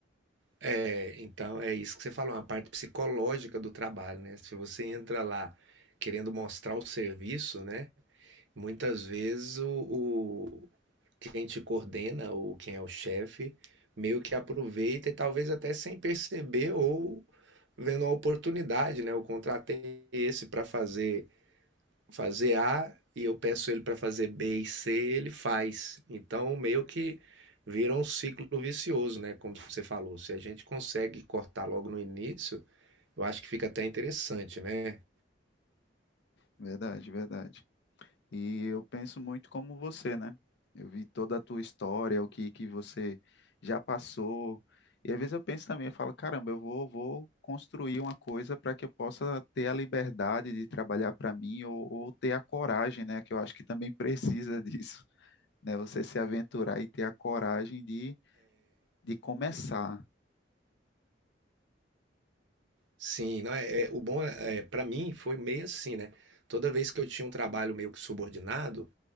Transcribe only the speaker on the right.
É, então é isso que você falou, uma parte psicológica do trabalho, né? Se você entra lá querendo mostrar o serviço, né? Muitas vezes o, o- quem te coordena ou quem é o chefe meio que aproveita e talvez até sem perceber ou vendo a oportunidade, né? Eu contratei esse para fazer fazer A e eu peço ele para fazer B e C, ele faz. Então, meio que vira um ciclo vicioso, né? Como você falou, se a gente consegue cortar logo no início, eu acho que fica até interessante, né?
Sim, não é, é- o bom é, é para mim foi meio assim, né? Toda vez que eu tinha um trabalho meio que subordinado,